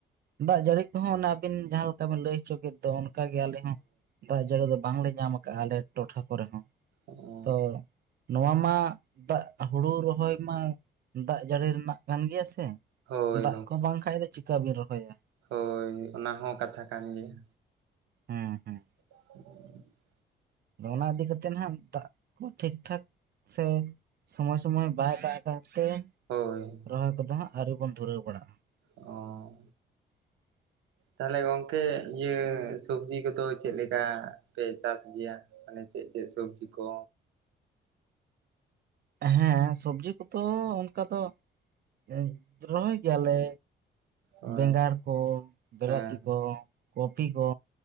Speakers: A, on the right (about 50°); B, on the right (about 80°).
A: ᱫᱟᱜ ᱡᱟᱹᱲᱤ ᱠᱚᱦᱚᱸ ᱚᱱᱮ ᱟᱹᱵᱤᱱ ᱡᱟᱦᱟᱸ ᱞᱮᱠᱟ ᱵᱤᱱ ᱞᱟᱹᱭ ᱦᱚᱪᱚ ᱠᱮᱫ ᱫᱚ ᱚᱱᱠᱟ ᱜᱮ ᱟᱞᱮ ᱫᱟᱜ ᱡᱟᱹᱲᱤ ᱫᱚ ᱵᱟᱝᱞᱮ ᱧᱟᱢ ᱠᱟᱜᱼᱟ ᱟᱞᱮ ᱴᱚᱴᱷᱟ ᱠᱚᱨᱮ ᱦᱚᱸ
B: ᱦᱳᱭ
A: ᱛᱚ ᱱᱚᱣᱟ ᱢᱟ ᱫᱟᱜ ᱦᱩᱲᱩ ᱨᱚᱦᱚᱭ ᱢᱟ ᱫᱟᱜ ᱡᱟᱹᱲᱤ ᱨᱮᱱᱟᱜ ᱠᱟᱱ ᱜᱮᱭᱟ ᱥᱮ
B: ᱦᱳᱭ
A: ᱫᱟᱜ ᱠᱚ ᱵᱟᱝ ᱠᱷᱟᱱᱡ ᱫᱚ ᱪᱤᱠᱟᱹ ᱵᱤᱱ ᱨᱚᱦᱚᱭᱟ
B: ᱦᱳᱭ ᱚᱱᱟ ᱦᱚᱸ ᱠᱟᱛᱷᱟ ᱠᱟᱱ ᱜᱮᱭᱟ
A: ᱦᱮᱸ ᱦᱮᱸ
B: <unintelligible>
A: ᱟᱫᱚ ᱚᱱᱟ ᱤᱫᱤ ᱠᱟᱛᱮᱜ ᱱᱟᱦᱟᱜ ᱫᱟᱜ ᱠᱚ ᱴᱷᱤᱠ ᱴᱷᱟᱠ ᱥᱮ ᱥᱚᱢᱚᱭ ᱥᱚᱢᱚᱭ ᱵᱟᱭ ᱫᱟᱜ ᱠᱟᱜ ᱛᱮ
B: ᱦᱳᱭ
A: ᱨᱚᱦᱚᱭ ᱠᱚᱫᱚ ᱦᱟᱸᱜ ᱟᱹᱣᱨᱤ ᱵᱚᱱ ᱫᱷᱩᱨᱟᱹᱣ ᱵᱟᱲᱟᱜᱼᱟ᱾
B: ᱚᱸᱻ
A: <inaudible>
B: ᱛᱟᱦᱚᱞᱮ ᱜᱚᱝᱠᱮ ᱤᱭᱟᱹ ᱥᱚᱵᱡᱤ ᱠᱚᱫᱚ ᱪᱮᱫ ᱞᱮᱠᱟ ᱯᱮ ᱪᱟᱥ ᱜᱮᱭᱟ? ᱢᱟᱱᱮ ᱪᱮᱫ ᱪᱮᱫ ᱥᱚᱵᱡᱤ ᱠᱚ?
A: ᱦᱮᱸ ᱥᱚᱵᱽᱡᱤ ᱠᱚᱫᱚ ᱚᱱᱠᱟ ᱫᱚ ᱮᱡ ᱨᱚᱦᱚᱭ ᱜᱮᱭᱟᱞᱮ
B: ᱦᱳᱭ
A: ᱵᱮᱸᱜᱟᱲ ᱠᱚ ᱵᱮᱞᱟᱛᱤ
B: ᱦᱮᱸ
A: ᱠᱚ ᱠᱚᱯᱤ ᱠᱚ